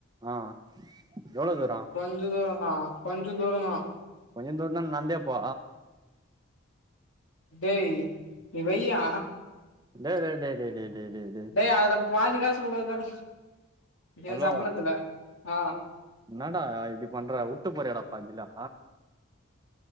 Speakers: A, on the right; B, on the left.
A: ஆ எவ்ளோதூர
B: கொஞ்சோ தூரா கொஞ்சோ தூரந்தா
A: கொஞ்ச தூர்ந்தா நட்ந்தே போ
B: டேய் நீ வையா
A: டே டே டே டே டே
B: டேய் அதுல பாதி காசு கூட தர
A: ஹலோ
B: ஏ சம்பளத்துல ஆ
A: என்னடா இப்டி பண்ற உட்டு போறீயாடா பாதில